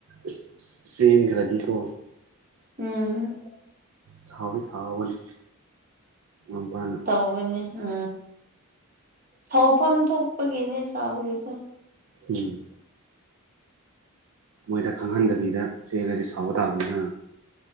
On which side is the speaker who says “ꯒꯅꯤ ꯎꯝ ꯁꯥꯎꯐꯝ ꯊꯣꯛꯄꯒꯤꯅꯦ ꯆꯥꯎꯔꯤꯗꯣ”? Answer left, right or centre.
Right